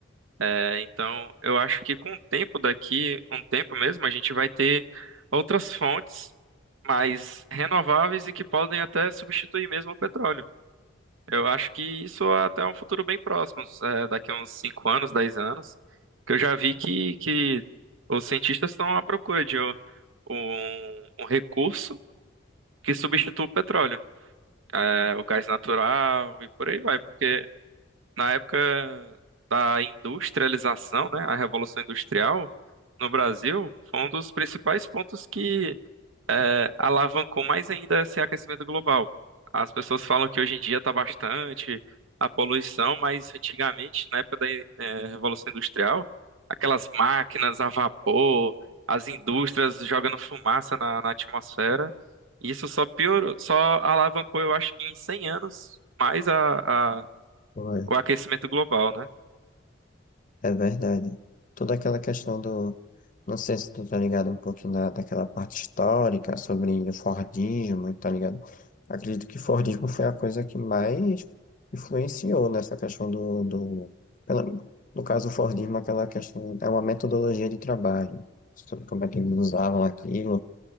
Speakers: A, on the right (about 80°); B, on the left (about 40°).
A: É, então, eu acho que com o tempo daqui, um tempo mesmo, a gente vai ter outras fontes mais renováveis e que podem até substituir mesmo o petróleo. Eu acho que isso é até um futuro bem próximo, é, daqui a uns 5 anos, 10 anos, que eu já vi que, que os cientistas estão à procura de um, um um recurso que substitua o petróleo é, o gás natural e por aí vai, porque na época da industrialização, né, a Revolução Industrial no Brasil foi um dos principais pontos que é, alavancou mais ainda esse aquecimento global. As pessoas falam que hoje em dia está bastante a poluição, mas antigamente, na época da eh, Revolução Industrial, aquelas máquinas a vapor, as indústrias jogando fumaça na, na atmosfera, isso só piorou, só alavancou, eu acho que em 100 anos, mais a, a-
B: Pô, É
A: o aquecimento global, né?
B: é verdade. Toda aquela questão do. Não sei se tu tá ligado um pouquinho da, daquela parte histórica sobre o Fordismo, tá ligado? Acredito que Fordismo foi a coisa que mais influenciou nessa questão do, do pela- no caso, o Fordismo, aquela questão, é uma metodologia de trabalho, sobre como é que eles usavam aquilo,